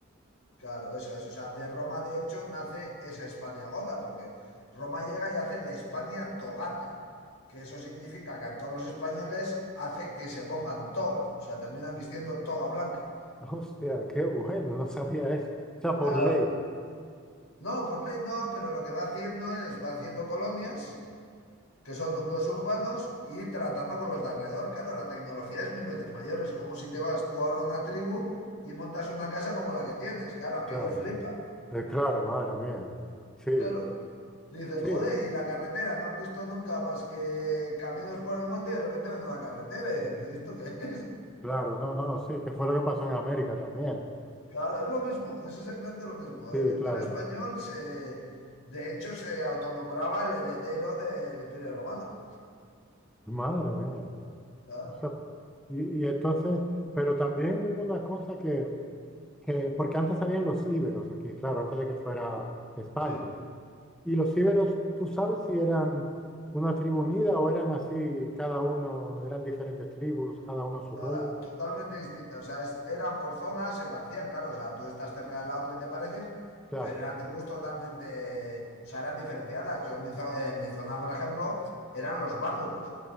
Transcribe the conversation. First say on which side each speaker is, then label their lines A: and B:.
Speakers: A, on the left; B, in the centre.
A: Claro, eso es. O sea, de Roma, de hecho, nace esa Hispania goda, porque Roma llega y hace la Hispania togata, que eso significa que a todos los españoles hace que se pongan toga. O sea, terminan vistiendo toga blanca.
B: Hostia, qué bueno, no sabía eso. O sea,
A: Claro.
B: por ley,
A: No, por ley no, pero lo que va haciendo es, va haciendo colonias. que son núcleos urbanos y tratando con los de alrededor. Claro, la tecnología es mil veces mayor. Es como si te vas tú ahora a una tribu y montas una casa como la que tienes. Claro, aquellos
B: claro.
A: flipan.
B: Eh, claro, madre mía. Sí,
A: Claro, dicen,
B: sí,
A: joder, y la carretera, no han visto nunca más que caminos por el monte y de repente ven una carretera y dicen, ¿esto qué es?
B: claro, no, no, sí, que fue lo que pasó en América también.
A: Claro, es lo mismo, es exactamente lo mismo.
B: Sí,
A: El Imperio
B: claro.
A: Español se, de hecho, se autonombraba el heredero del Imperio Romano.
B: Madre mía.
A: Claro,
B: O sea, y, y entonces, pero también hubo una cosa que, que, porque antes habían los íberos aquí, claro, antes de que fuera España.
A: sí.
B: Y los íberos, ¿tú sabes si eran una tribu unida o eran así, cada uno, eran diferentes tribus, cada uno a su
A: Nada,
B: rollo?
A: totalmente distinto. O sea, es- eran por zonas, se parecían, claro. O sea, tú estás cerca de la otra y te pareces,
B: Claro.
A: pero eran tribus totalmente, o sea, eran diferenciadas. Yo en mi, zo- en mi zona, por ejemplo, eran los bárdulos.